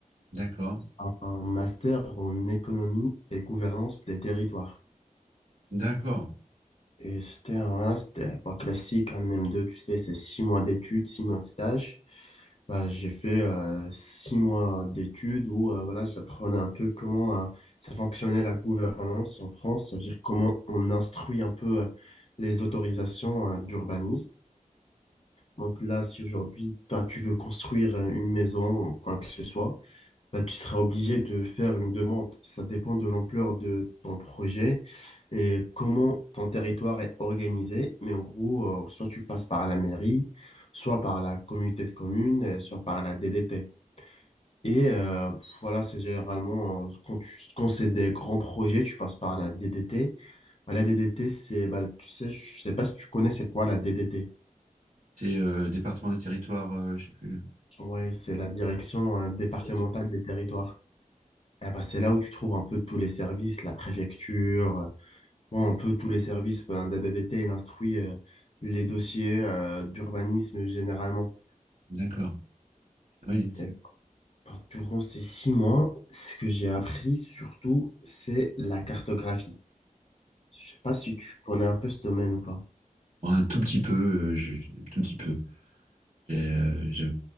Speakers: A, on the right; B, on the left.
A: d'accord,
B: un un master en économie et gouvernance des territoires.
A: d'accord.
B: Et c'était un, voilà, c'était pas classique, un M2, tu sais, c'est six mois d'études, six mois de stage. Bah, j'ai fait euh, six mois d'études où euh, voilà, j'apprenais un peu comment euh, ça fonctionnait la gouvernance en France, ça veut dire comment on instruit un peu euh, les autorisations euh, d'urbanisme. Donc là, si aujourd'hui, toi, tu veux construire euh, une maison ou quoi que ce soit, bah, tu seras obligé de faire une demande. Ça dépend de l'ampleur de ton projet et comment ton territoire est organisé. Mais en gros, euh, soit tu passes par la mairie, soit par la communauté de communes, et soit par la DDT. Et euh, voilà, c'est généralement, euh, quand, tu- quand c'est des grands projets, tu passes par la DDT. Bah, La DDT, c'est, bah, tu sais, je sais pas si tu connais, c'est quoi la DDT?
A: C'est euh, département des territoires, euh, je sais plus.
B: Ouais, c'est la direction euh, départementale
A: Direction.
B: des territoires. Eh ben, c'est là où tu trouves un peu tous les services, la préfecture, Bon, un peu tous les services, ben, DADDT, il instruit euh, les dossiers euh, d'urbanisme généralement.
A: D'accord. Oui.
B: Et ben, durant ces six mois, ce que j'ai appris surtout, c'est la cartographie. Je sais pas si tu connais un peu ce domaine ou pas.
A: Bon, un tout petit peu, euh, je- un tout petit peu. J'ai, euh, j'ai,